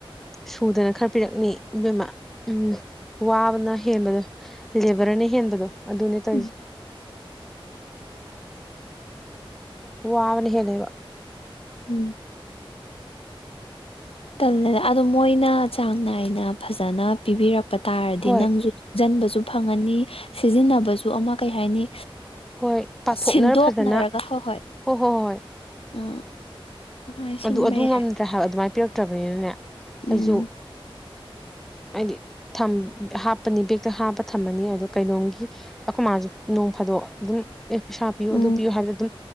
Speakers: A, in the centre; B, on the left (about 80°).
A: ꯁꯨꯗꯅ ꯈꯔ ꯄꯤꯔꯛꯅꯤ ꯏꯕꯦꯝꯃꯥ ꯎꯝ ꯋꯥꯕꯅ ꯍꯦꯟꯕꯗꯣ ꯂꯦꯕꯔꯅ ꯍꯦꯟꯕꯗꯣ ꯑꯗꯨꯅꯦ ꯇꯧꯏꯖꯦ
B: ꯎꯝ
A: ꯋꯥꯕꯅ ꯍꯦꯜꯂꯦꯕ
B: ꯎꯝ ꯇꯜꯂꯦꯗꯥ ꯑꯗꯣ ꯃꯣꯏꯅ ꯆꯥꯡ ꯅꯥꯏꯅ ꯐꯖꯅ ꯄꯤꯕꯤꯔꯛ ꯄ ꯇꯥꯔꯗꯤ
A: ꯍꯣꯏ
B: ꯅꯪꯁꯨ ꯇꯨꯡꯖꯟꯕ ꯁꯨ ꯐꯪꯉꯅꯤ ꯁꯤꯖꯤꯟꯅꯕꯁꯨ ꯑꯃ ꯀꯩ ꯍꯥꯏꯅꯤ
A: ꯍꯣꯏ ꯄꯥꯊꯣꯛꯅꯔ
B: ꯁꯤꯟꯗꯣꯛꯅꯔꯒ
A: ꯐꯖꯅ
B: ꯍꯣꯏ
A: ꯍꯣꯏ ꯍꯣꯏ ꯍꯣꯏ
B: ꯎꯝ ꯍꯣꯏ ꯁꯤꯟꯕ
A: ꯑꯗꯨ ꯑꯗꯨ
B: ꯌꯥꯏ
A: ꯉꯝꯗ꯭ꯔꯦ ꯍꯥꯏꯕ ꯑꯗꯨꯃꯥꯏꯅ ꯄꯤꯔꯛꯇ꯭ꯔꯕꯅꯤꯅꯅꯦ
B: ꯎꯝ
A: ꯑꯩꯁꯨ ꯍꯥꯏꯗꯤ ꯊꯝ ꯍꯥꯞꯄꯅꯤ ꯕꯦꯛꯇ ꯍꯥꯞꯄ ꯊꯝꯃꯅꯤ ꯑꯣ ꯀꯩꯅꯣꯝꯒꯤ ꯑꯩꯈꯣꯏ ꯃꯥꯁꯨ ꯅꯣꯡ ꯐꯥꯗꯣꯛ ꯑꯗꯨꯝ ꯑꯦ ꯄꯩꯁꯥꯥ ꯄꯤꯌꯣ
B: ꯎꯝ
A: ꯑꯗꯨ ꯄꯤꯌꯣ ꯍꯥꯏꯕꯗ ꯑꯗꯨꯝ